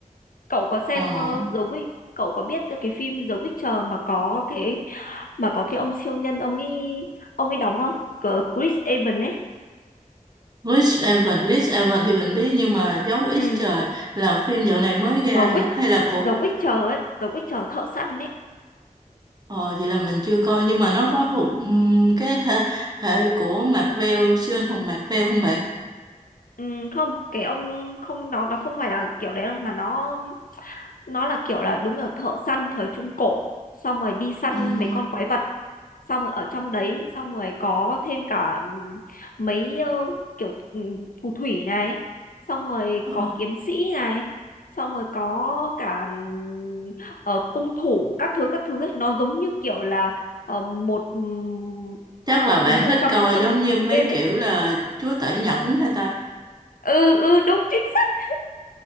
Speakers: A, on the left; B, on the right.
A: cậu có xem
B: Ờ.
A: ờ, The Witch cậu có biết cái phim The Witcher mà có cái mà có cái ông siêu nhân ông ấy ông ấy đóng không Cờ Chris Evans ấy
B: Rich Evan, Rich Evan thì mình biết nhưng mà dấu
A: ừ
B: X trời là phim dạo này mới ra
A: The
B: hả?
A: Witch
B: Hay là của
A: The Witcher ấy The Witcher thợ săn ấy
B: ờ, vậy là mình chưa coi nhưng mà nó có thuộc ừm, cái hệ, hệ của Marvel siêu anh hùng Marvel không bạn?
A: ừ, không cái ông không nó nó không phải là kiểu đấy đâu mà nó nó là kiểu là đúng kiểu thợ săn thời trung cổ xong rồi đi săn
B: À,
A: mấy con quái vật xong rồi ở trong đấy xong rồi có thêm cả ừm, mấy ờ, kiểu ừm, phù thủy này xong rồi
B: ờ,
A: có kiếm sĩ này xong rồi có cả ừm, ờ, cung thủ các thứ các thứ ấy. nó giống như kiểu là ờ, một ừm,
B: chắc
A: nó
B: là
A: giống
B: bạn
A: như
B: thích
A: trong
B: coi
A: trong
B: giống
A: một
B: như mấy
A: cái game
B: kiểu
A: ấy
B: là Chúa Tể Nhật hay ta?
A: ừ ừ đúng chính xác